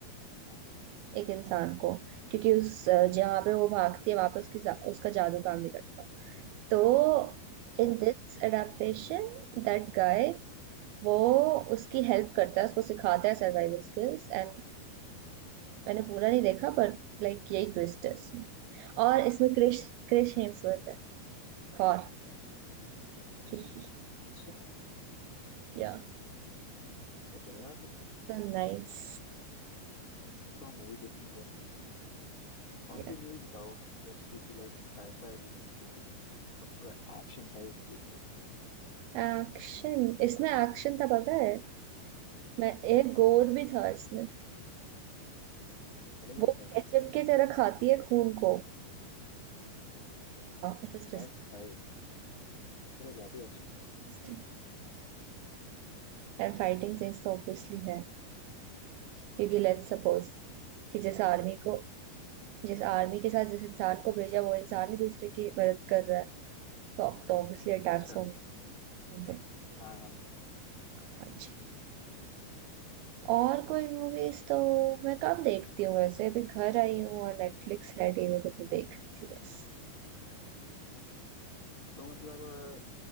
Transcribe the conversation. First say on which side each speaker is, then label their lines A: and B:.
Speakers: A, on the left; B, on the right.
A: हाँ हाँ,
B: एक इंसान को क्योंकि उस अ, जहाँ पे वो भागती
A: ओके
B: है वहां पे उसकी जा, उसका जादू काम नहीं करता तो
A: अच्छा
B: In this adaptation that guy वो उसकी हेल्प करता है उसको सिखाता है सर्वाइवल स्किल्स एंड मैंने पूरा नहीं देखा पर लाइक यही ट्विस्ट है इसमें और इसमें क्रिश क्रिश हेम्सवर्थ है थॉर <laughs>
A: अच्छा तो
B: या
A: बढ़िया है, फिर तो
B: तो नाइस
A: देखता हूँ मैं भी देखूंगा उसको
B: Yeah.
A: और कोई मूवी बताओ कोई अच्छी सी लाइक साइफाई जिसमें हो और थोड़ा एक्शन टाइप भी हो
B: एक्शन इसमें एक्शन था पता है मैं एक गोर भी था इसमें
A: अरे भाई
B: वो
A: साहब
B: केचप की तरह खाती है खून को It was
A: हाय हाय थोड़ा ज्यादा ही एक्शन है
B: disgusting and fighting scenes तो ऑब्वियसली है क्योंकि लेट्स
A: हाँ,
B: सपोज कि जिस आर्मी को जिस आर्मी के साथ जिस इंसान को भेजा वो इंसान ही दूसरे की मदद कर रहा है तो अब तो ऑब्वियसली अटैक्स
A: अच्छा
B: होंगे उन पे।
A: हाँ हाँ हाँ
B: हाँ जी। और कोई मूवीज तो मैं कम देखती हूँ वैसे अभी घर आई हूँ और नेटफ्लिक्स है टीवी पे तो देख रही थी बस
A: तो मतलब अ,